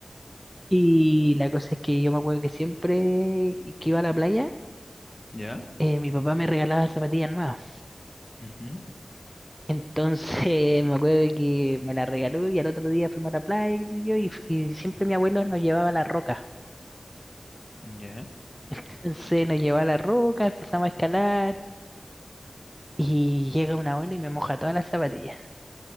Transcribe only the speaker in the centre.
Y la cosa es que yo me acuerdo que siempre que iba a la playa,
eh, mi papá me regalaba zapatillas nuevas.
Entonces <laughs> me acuerdo que me las regaló y al otro día fuimos a la playa, qué sé yo, y, y siempre mi abuelo nos llevaba a la roca.
Entonces nos llevaba a la roca, empezamos a escalar. Y llega una abuela y me moja todas las zapatillas.